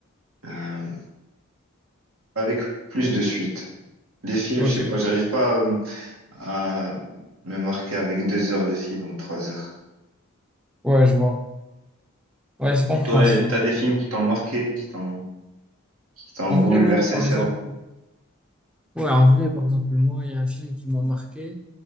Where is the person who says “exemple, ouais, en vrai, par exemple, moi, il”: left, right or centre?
Centre